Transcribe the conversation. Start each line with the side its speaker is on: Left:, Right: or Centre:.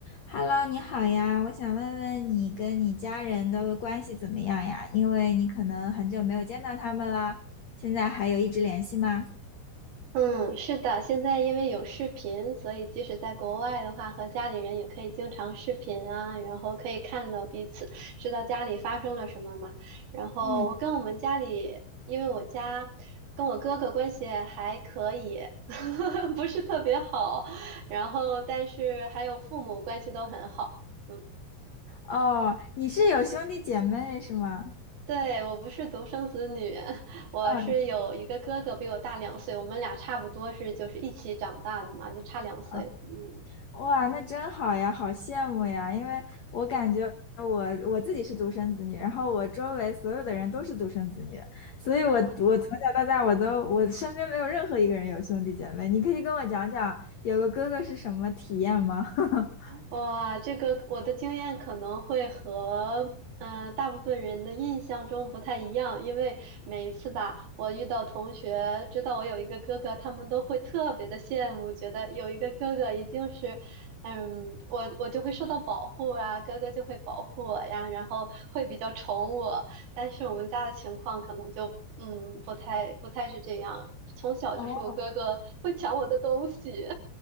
Left: Hello，你好呀，我想问问你跟你家人的关系怎么样呀？因为你可能很久没有见到他们了，现在还有一直联系吗？
Right: 嗯，是的，现在因为有视频，所以即使在国外的话，和家里人也可以经常视频啊，然后可以看到彼此，知道家里发生了什么嘛。然后我跟我们家里，
Left: 嗯，
Right: 因为我家跟我哥哥关系还可以，<laughs> 不是特别好，然后但是还有父母关系都很好。嗯，
Left: 哦，哦，你是有兄弟姐妹是吗？
Right: 对，我不是独生子女，<laughs> 我是有一个哥哥比我大两岁，
Left: 嗯
Right: 我们俩差不多是就是一起长大的嘛，就差两岁。
Left: 嗯，
Right: 嗯。
Left: 哇，那真好呀，好羡慕呀，因为我感觉我我自己是独生子女，然后我周围所有的人都是独生子女，所以我我从小到大我都我身边没有任何一个人有兄弟姐妹。
Right: 啊，
Left: 你可以跟我讲讲有个哥哥是什么体验吗？<laughs>
Right: 哇，这个我的经验可能会和嗯、呃大部分人的印象中不太一样，因为每一次吧，我遇到同学知道我有一个哥哥，他们都会特别的羡慕，觉得有一个哥哥一定是，嗯，我我就会受到保护啊，哥哥就会保护我呀，然后会比较宠我。但是我们家的情况可能就嗯不太不太是这样，从小就是我哥哥会抢我的东西。
Left: 哦